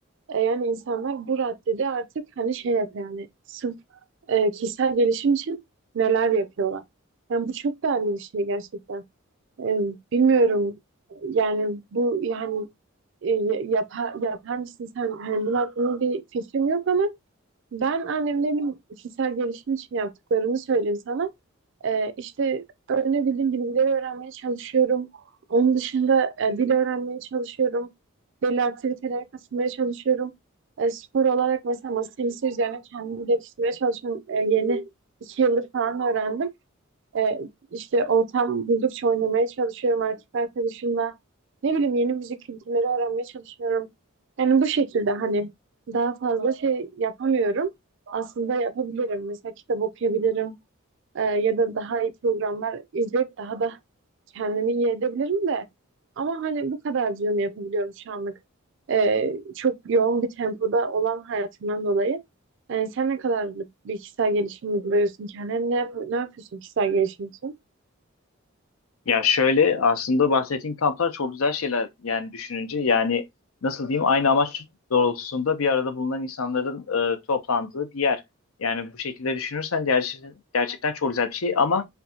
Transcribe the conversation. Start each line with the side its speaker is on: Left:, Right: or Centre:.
Right: E, yani insanlar bu raddede artık hani şey yapıyor yani sırf e, kişisel gelişim için neler yapıyorlar. Yani bu çok değerli bir şey gerçekten. E, bilmiyorum yani bu yani e, yapar, yapar mısın sen? Hani bunun hakkında bir fikrim yok ama ben annemlerin kişisel gelişim için yaptıklarını söyleyeyim sana. Ee, işte öğrenebildiğim bilgileri öğrenmeye çalışıyorum. Onun dışında e, dil öğrenmeye çalışıyorum. Belli aktivitelere katılmaya çalışıyorum. E, spor olarak mesela masa tenisi üzerine kendimi geliştirmeye çalışıyorum. E, yeni iki yıldır falan öğrendim. E, işte ortam buldukça oynamaya çalışıyorum erkek arkadaşımla. Ne bileyim yeni müzik kültürleri öğrenmeye çalışıyorum. Yani bu şekilde hani daha fazla şey yapamıyorum. Aslında yapabilirim. Mesela kitap okuyabilirim. Ee, ya da daha iyi programlar izleyip daha da kendimi iyi edebilirim de. Ama hani bu kadarcığını yapabiliyorum şu anlık. Ee, çok yoğun bir tempoda olan hayatımdan dolayı. Yani sen ne kadarlık bir kişisel gelişim uyguluyorsun kendine? Ne, yap ne yapıyorsun kişisel gelişim için?
Left: Ya şöyle aslında bahsettiğim kamplar çok güzel şeyler yani düşününce yani nasıl diyeyim aynı amaç doğrultusunda bir arada bulunan insanların e, toplandığı bir yer. Yani bu şekilde düşünürsen gerçekten, gerçekten çok güzel bir şey ama